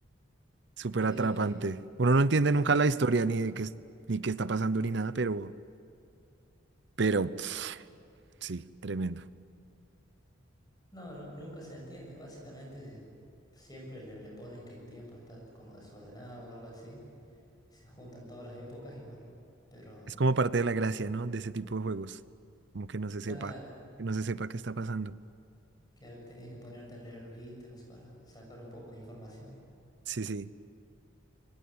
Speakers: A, on the right; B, on the left.
A: súper
B: Sí,
A: atrapante.
B: me,
A: Uno no entiende
B: me imagino.
A: nunca la historia ni de qué, es- ni qué está pasando ni nada, pero, pero pf, sí, tremendo.
B: No, no, nunca se entiende. Básicamente siempre le, le ponen que el tiempo está como desordenado o algo así. Y se juntan todas las épocas y bueno. Pero
A: Es como parte de la gracia, ¿no? De ese tipo de juegos, como que no se
B: claro,
A: sepa, que no se sepa qué está pasando.
B: que tenías que ponerte a leer los ítems para sacar un poco de información.
A: Sí, sí.